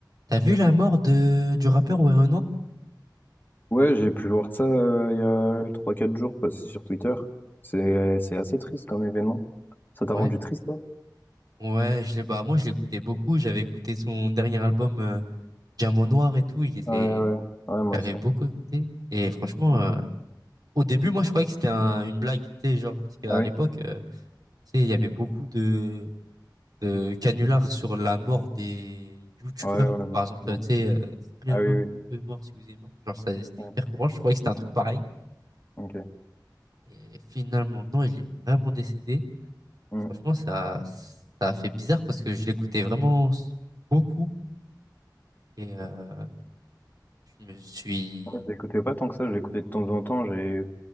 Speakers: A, on the right (about 60°); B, on the left (about 25°).
A: T'as vu la mort de du rappeur Ouais Renoir?
B: Ouais, j'ai pu voir ça euh, il y a trois, quatre jours passé sur Twitter. C'est c'est assez triste comme événement. Ça t'a
A: Ouais.
B: rendu triste, toi?
A: Ouais, je l'ai bah moi je l'écoutais beaucoup, j'avais écouté son dernier album euh, Diamant Noir et tout, il était
B: Ouais, ouais, ouais, moi
A: j'avais
B: aussi.
A: beaucoup écouté et franchement
B: Ouais.
A: euh, au début moi je croyais que c'était un- une blague, tu sais genre parce qu'à
B: Ah oui?
A: l'époque euh, tu sais il y avait beaucoup de de canulars sur la mort des youtubeurs
B: Ouais, ouais, malheureusement.
A: par exemple, euh, tu sais euh, Cyprien
B: Ah
A: est mort,
B: oui,
A: Boubou
B: oui,
A: est mort, si vous êtes mort. Genre ça c'était
B: ouais,
A: hyper courant, je croyais que c'était un truc pareil
B: ok.
A: et finalement non, il est vraiment décédé.
B: Mm.
A: Et franchement, ça, ça a fait bizarre parce que je l'écoutais vraiment s- beaucoup et euh, je me suis...
B: Ouais, je l'écoutais pas tant que ça, je l'écoutais de temps en temps. J'ai